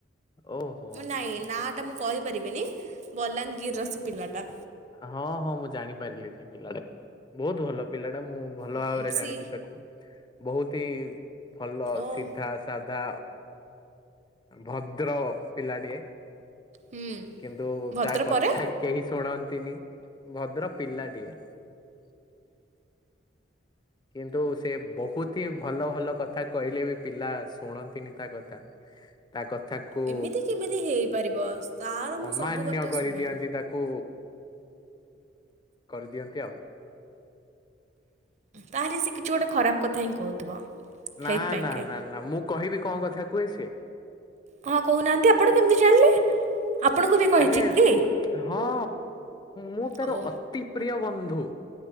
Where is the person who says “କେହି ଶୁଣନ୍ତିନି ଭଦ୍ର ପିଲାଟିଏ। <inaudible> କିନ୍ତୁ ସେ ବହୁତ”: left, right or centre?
Left